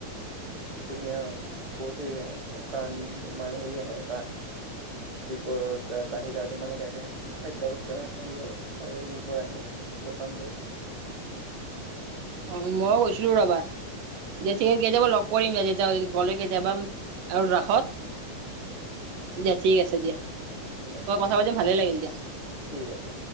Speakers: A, on the right; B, on the right.
A: পুনীয়া বহুতে দোকান তোমাৰ আহে বা, দীপ বাহিৰা তমাৰ থাকে, খাদ্্যয়স্থােব সবোৰ আহে দোকান বোৰ,
B: অ, ময়ো কৈছিলো ৰবা যেঠিক
A: উম
B: কেতিয়াবা লগ কৰিম যে তেতিলে, গ'লে কেতিয়াবা আৰু ৰাসত। দিয়া ঠিক আছে দিয়া
A: দিয়া
B: মই কথা পাতিম ভালে লাগিল দিয়া।
A: ঠিক আছে।